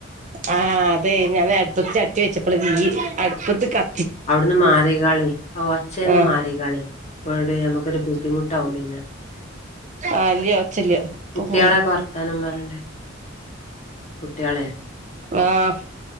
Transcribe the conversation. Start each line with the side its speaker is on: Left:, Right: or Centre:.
Right: ആ അതെ ഞാന് അടുപ്പത്ത് ചട്ടി വെച്ചപ്പളെ തിയ് അട്പ്പത്ത് ക
Left: അവിട്ന്ന് മാറികാളി ആ ഒച്ചേന്ന്
Right: ആ
Left: മാറികാളി. അപ്പഴെ നമുക്കൊരു ബുദ്ധിമുട്ടാവും പിന്നെ.
Right: ആ ഇല്ല്യ ഒച്ചല്ല്യ ഇപ്പൊ
Left: കുട്യാളൊക്കെ
Right: പോന്ന്
Left: വർത്താനം പറിണ്ടേ കുട്യാളെ.
Right: ആഹ്